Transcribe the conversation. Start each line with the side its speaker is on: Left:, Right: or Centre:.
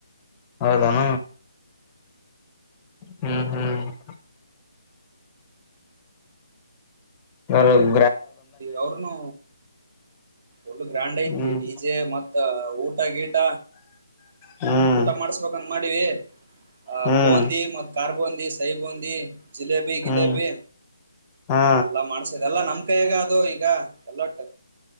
Left: ಹೌದಾನ ಹ್ಮ್ ಹ್ಮ್ <inaudible> ಹರದು
Right: ಅವ್ರನು ಒಳ್ಳು ಗ್ರ್ಯಾಂಡ್ ಐತಿ
Left: ಹ್ಮ್
Right: ಡಿ ಜೆ ಮತ್ತ ಊಟ ಗೀಟ
Left: ಹ್ಮ್
Right: ಊಟ ಮಾಡಸ್ಬೇಕಂತ ಮಾಡಿದಿ ಆ
Left: ಹ್ಮ್
Right: ಬೂಂದಿ ಮತ್ ಕಾರ್ಬೂಂದಿ ಸೈ ಬೂಂದಿ ಜಿಲೇಬಿ
Left: ಹ್ಮ್
Right: ಗಿಲೇಬಿ
Left: ಹಾ
Right: ಎಲ್ಲಾ ಮಾಡಸದೆ ಎಲ್ಲಾ ನಮ ಹೇಗ ಅದು ಈಗ ಎಲ್ಲೊಟ್ಟ